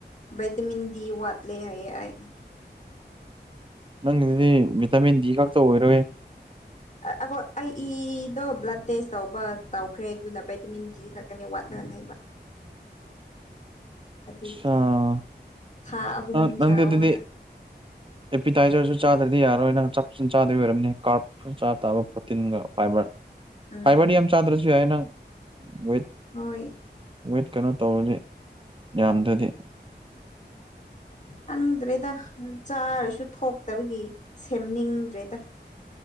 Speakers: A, on the left; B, on the right.
A: ꯚꯥꯏꯇꯃꯤꯟ ꯗꯤ ꯋꯥꯠꯂꯦ ꯍꯥꯏꯌꯦ ꯑꯩ꯫
B: ꯅꯪꯒꯤꯗꯨꯗꯤ ꯚꯤꯇꯥꯃꯤꯟ ꯗꯤ ꯈꯛꯇ ꯑꯣꯏꯔꯣꯏ꯫
A: ꯑꯈꯣꯏ ꯑꯩ ꯏꯗꯣ ꯕ꯭ꯂꯠ ꯇꯦꯁ ꯇꯧꯕ ꯇꯧꯈ꯭ꯔꯦ ꯑꯗꯨꯅ ꯚꯥꯏꯇꯃꯤꯟ ꯗꯤ ꯈꯛꯇꯅꯤ ꯋꯥꯠꯂꯒ ꯂꯩꯕ꯫ ꯑꯗꯨꯒꯤ
B: ꯑꯆꯥꯥ
A: ꯊꯥ ꯑꯍꯨꯝ
B: ꯑ ꯅꯪꯗꯤ
A: ꯆꯥꯑꯣꯅ
B: ꯑꯗꯨꯗꯤ ꯑꯦꯄꯤꯇꯥꯏꯖꯔꯁꯨ ꯆꯥꯗ꯭ꯔꯗꯤ ꯌꯥꯔꯣꯏ ꯅꯪ ꯆꯥꯛ ꯐꯖꯅ ꯆꯥꯗꯕꯩ ꯑꯣꯏꯔꯝꯅꯤ ꯀꯥꯔꯠ ꯐꯠ ꯆꯥꯕ ꯇꯥꯕ ꯄ꯭ꯔꯣꯇꯤꯟꯒ ꯐꯥꯏꯕꯔ
A: ꯎꯝ
B: ꯐꯥꯏꯕꯔꯗꯤ ꯌꯥꯝ ꯆꯥꯗ꯭ꯔꯁꯨ ꯌꯥꯏ ꯅꯪ ꯋꯦꯠ
A: ꯍꯣꯏ
B: ꯋꯦꯠ ꯀꯩꯅꯣ ꯇꯧꯔꯗꯤ ꯌꯥꯝꯗ꯭ꯔꯗꯤ
A: ꯈꯪꯗ꯭ꯔꯦꯗ ꯆꯥꯔꯁꯨ ꯊꯣꯛꯇꯕꯒꯤ ꯁꯦꯝꯅꯤꯡꯗ꯭ꯔꯦꯗ